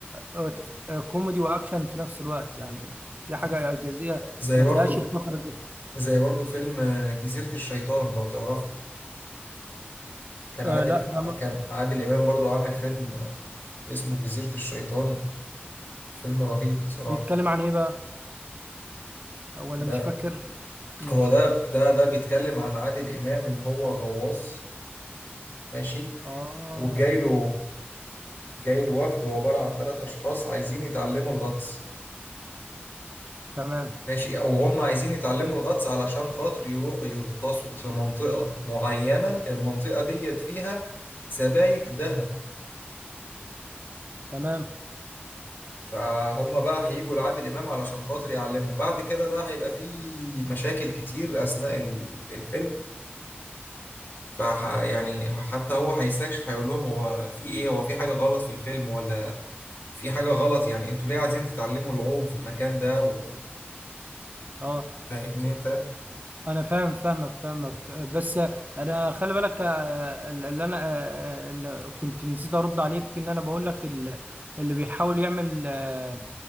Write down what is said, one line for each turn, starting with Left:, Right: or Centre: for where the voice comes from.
Right: آه ت- آه، كوميدي واكشن في نفس الوقت يعني دي
Left: آه.
Right: حاجه اعجازيه
Left: زي
Right: ما
Left: برضو
Right: تلاقيش الفتره دي
Left: زي برضو فيلم آه، جزيرة الشيطان لو تعرفه كان
Right: آه
Left: عادل
Right: لا ده
Left: ع- كان عادل إمام برضو عامل فيلم آه، اسمه جزيرة الشيطان فيلم رهيب بصراحة
Right: بيتكلم عن ايه بقى ولا
Left: ده
Right: مش فاكر مش
Left: هو ده ده ده بيتكلم عن عادل إمام إن هو غواص ماشي
Right: اه
Left: وجاي له جاي له وفد عبارة عن ثلاث أشخاص عايزين يتعلموا الغطس
Right: تمام
Left: ماشي أو هم عايزين يتعلموا الغطس علشان خاطر يروحوا يغطسوا في منطقة معينة المنطقة ديت فيها سبايك ذهب
Right: تمام
Left: فهم بقى هيجوا لعادل إمام علشان خاطر يعلمهم بعد كده بقى هيبقى في مشاكل كتير أثناء ال- الفيلم فح يعني حتى هو هيستكشف هيقول لهم هو في إيه هو في حاجة غلط في الفيلم ولا في حاجة غلط يعني أنتوا ليه عايزين تتعلموا العوم في المكان ده و-
Right: اه
Left: فاهمني أنت
Right: انا فاهم فاهمك فاهمك بس انا خلي بالك آه، اللي انا آه، اللي كنت نسيت ارد عليك ان انا بقول لك ال- اللي بيحاول يعمل آه،